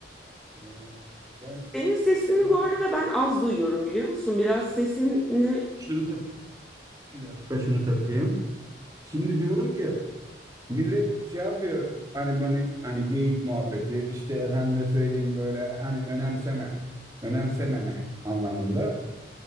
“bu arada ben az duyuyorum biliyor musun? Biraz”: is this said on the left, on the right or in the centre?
Centre